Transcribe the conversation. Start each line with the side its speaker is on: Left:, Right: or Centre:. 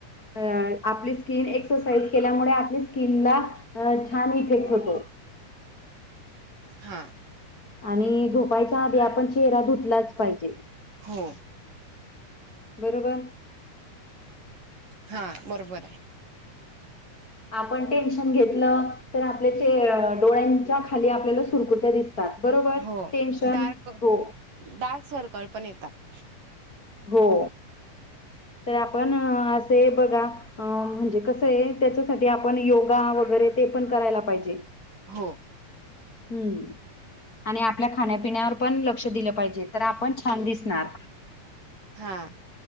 Left: अ आपली स्किन एक्सरसाइज केल्यामुळे आपली स्किनला छान इफेक्ट होतो
Right: हा
Left: आणि झोपायच्या आधी आपण चेहरा धुतलाच पाहिजे
Right: हो
Left: बरोबर
Right: हा बरोबर हाय
Left: आपण टेन्शन घेतलं तर आपल्या चेह आपल्या डोळ्यांच्या खाली आपल्याला सुरकुत्या दिस तात बरोबर
Right: हो
Left: टेन्शन
Right: डार्क
Left: हो
Right: डार्क सर्कल पण येतात
Left: हो तर आपण असे बघा अ म्हणजे कसं आहे त्याच्यासाठी आपण योगा वगैरे ते पण करायला पाहिजे
Right: हो
Left: हम्म आणि आपल्या खाण्या पिण्यावर पण लक्ष दिलं पाहिजे तर आपण छान दिसणार
Right: हा